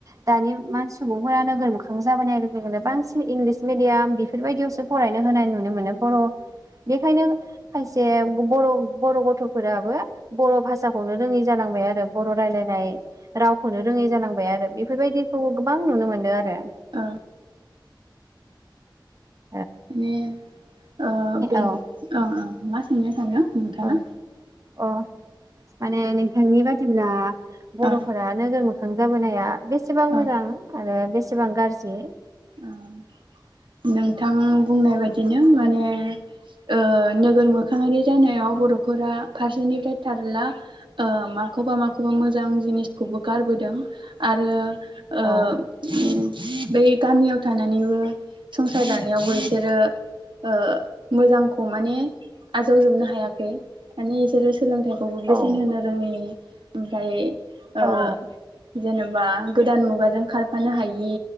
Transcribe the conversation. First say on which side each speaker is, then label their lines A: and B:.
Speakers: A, on the right; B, on the right.
A: दानि मान सुबुंफोरा नोगोर मोखां मोखां जाबोनाय लोगो लोगोनो बांसिन इंलिस मिडियाम बेफोरबायदियावसो फरायनो होनाय नुनो मोनो बर' बेखायनो खायसे बर' बर' गथ'फोराबो बर' भाषाखौनो रोङि जानां बाय आरो। बर' रायलायनाय रावखौनो रोङै जांगौ आरो बेफोरबायदिखौ गोबां नुनो मोनदों आरो
B: ओ
A: औ
B: माने ओ ओ
A: औ
B: औ औ मा सोंनो हेल' बुं नोंथाङा
A: औ अ माने नोंथांनि बादि होनोमटब्ला बर'फोरा
B: ओ
A: नोगोर जाबोनाया बेसेबां मोजां
B: ओं
A: आरो बेसे सेबां गाज्रि
B: ओम नोंथां बुंनाय बायदिनो माने ओ नोगोर मोखाङारि जानायाव बर'फोरा फारसेनिफ्राय थारला ओ माखौबा माखौबा मोजां जिनिसखौबो गारबोदों आरो ओ
A: औ
B: उम बेै गामियाव थानानैबो संसार जानायावबो इसोरो ओ मोजांखौ माने आजावजोबनो हायाखै माने इसोरो सोलोंथाइखौबो बेसेन
A: औ
B: होनो रोङिनि ओमफ्राय ओ
A: औ
B: जेनेबा गोदान मुगाजों खारफानो हायि